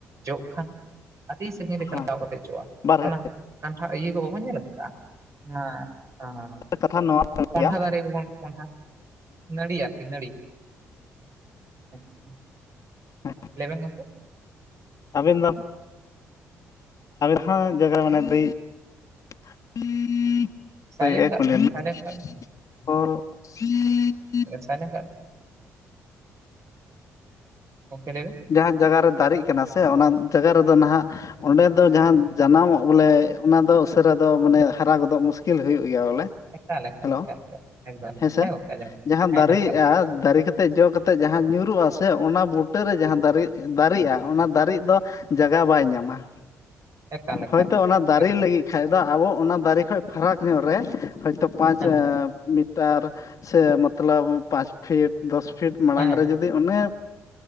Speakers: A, on the right (about 45°); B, on the left (about 50°).
A: ᱡᱚᱜ ᱠᱷᱟᱱ ᱟᱹᱰᱤ ᱥᱟᱜᱤᱧ ᱨᱮ ᱪᱟᱞᱟᱣ
B: ᱦᱳᱭ
A: ᱠᱟᱛᱮ ᱡᱚᱜᱼᱟ
B: ᱵᱟᱨᱦᱮ
A: ᱚᱱᱟ ᱠᱟᱱᱴᱷᱟᱲ ᱤᱭᱟᱹ ᱠᱚ ᱵᱟᱵᱚᱱ ᱧᱮᱞ ᱠᱟᱫᱟ ᱚᱱᱟ <inaudible>
B: ᱠᱟᱛᱷᱟ ᱱᱚᱣᱟ ᱠᱟᱱ
A: ᱠᱚᱸᱰᱷᱟ
B: ᱜᱮᱭᱟ
A: ᱫᱟᱨᱮᱵᱚᱱ ᱠᱚᱸᱰᱷᱟ ᱱᱟᱹᱲᱤ ᱟᱨᱠᱤ ᱱᱟᱹᱲᱤ ᱟᱪᱪᱷᱟ ᱦᱩᱸ
B: ᱦᱚᱸᱜ
A: ᱞᱟᱹᱭ ᱢᱮ ᱜᱚᱢᱠᱮ,
B: ᱟᱵᱤᱱ ᱫᱚ, <inaudible>
A: ᱥᱟᱭᱞᱮᱱᱴ
B: ᱦᱳᱭ ᱮᱠ
A: ᱠᱟᱜ
B: ᱢ
A: ᱵᱮᱱ
B: <unintelligible>
A: ᱥᱟᱭᱞᱮᱱᱴ ᱠᱟᱜ ᱵᱮᱱ
B: <inaudible>
A: ᱵᱟᱭ ᱞᱟᱹᱭ ᱠᱟᱜ-ᱟ, ᱜᱚᱢᱠᱮ ᱞᱟᱹᱭ ᱵᱤᱱ,
B: ᱡᱟᱦᱟᱸ ᱡᱟᱜᱟ ᱨᱮ ᱫᱟᱨᱮᱜ ᱠᱟᱱᱟ ᱥᱮ ᱚᱱᱟ ᱡᱟᱜᱟ ᱨᱮᱫᱚ ᱱᱟᱦᱟᱜ, ᱚᱸᱰᱮ ᱫᱚ ᱡᱟᱦᱟᱸ ᱡᱟᱱᱟᱢᱚᱜ ᱵᱚᱞᱮ ᱚᱱᱟ ᱫᱚ ᱩᱥᱟᱹᱨᱟ ᱫᱚ ᱢᱟᱱᱮ ᱦᱟᱨᱟ ᱜᱚᱫᱚᱜ ᱢᱩᱥᱠᱤᱞ ᱦᱩᱭᱩᱜ ᱜᱮᱭᱟ ᱵᱚᱞᱮ᱾
A: ᱮᱠᱟᱞ ᱮᱠᱟᱞ
B: ᱦᱮᱞᱳ
A: ᱮᱠᱟᱞ ᱮᱠᱫᱚᱢ ᱮᱠᱫᱚᱢ
B: ᱦᱮᱸᱥᱮ
A: ᱦᱮᱸ ᱜᱚᱝᱠᱮ ᱟᱸᱡᱚᱢᱚᱜ
B: ᱡᱟᱦᱟᱸ
A: ᱠᱟᱱᱟ
B: ᱫᱟᱨᱮᱜᱼᱟ
A: ᱦᱮᱸ ᱮᱠᱟᱞ
B: ᱫᱟᱨᱮ ᱠᱟ ᱛᱮ ᱡᱚ ᱠᱟᱛᱮ ᱡᱟᱦᱟᱸ ᱧᱩᱨᱩᱜᱼᱟ ᱥᱮ ᱚᱱᱟ ᱵᱩᱴᱟᱹᱨ ᱨᱮ ᱡᱟᱦᱟᱸ ᱫᱟᱨᱮ ᱫᱟᱨᱮᱜᱼᱟ ᱚᱱᱟ ᱫᱟᱨᱮᱜ ᱫᱚ ᱡᱟᱜᱟ ᱵᱟᱭ ᱧᱟᱢᱟ
A: ᱮᱠᱟᱞ ᱮᱠᱟᱞ
B: ᱦᱚᱭ ᱛᱚ ᱚᱱᱟ ᱫᱟᱨᱮ
A: ᱮᱠᱫᱚᱢ
B: ᱞᱟᱹᱜᱤᱫ ᱯᱷᱟᱭᱫᱟ ᱟᱵᱚ ᱚᱱᱟ ᱫᱟᱨᱮ ᱠᱷᱚᱡ ᱯᱷᱟᱨᱟᱠ ᱧᱚᱜ ᱨᱮ ᱦᱚᱳᱭᱛᱳ ᱯᱟᱸᱪ
A: ᱦᱮᱸ
B: ᱢᱤᱴᱟᱨ ᱥᱮ ᱢᱟᱛᱞᱟᱵ ᱯᱟᱸᱪ ᱯᱷᱤᱴ ᱫᱚᱥ ᱯᱷᱤᱴ ᱢᱟᱲᱟᱝ
A: ᱦᱮᱸ
B: ᱨᱮ ᱡᱩᱫᱤ ᱚᱱᱮ